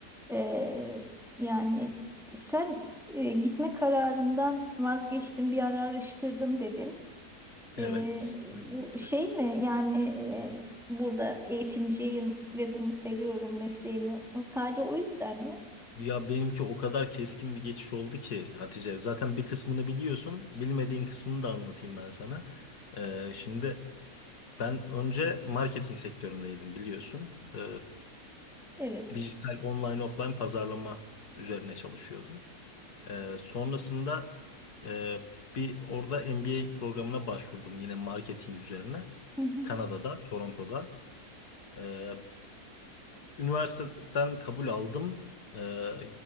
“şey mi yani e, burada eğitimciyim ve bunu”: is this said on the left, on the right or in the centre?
Centre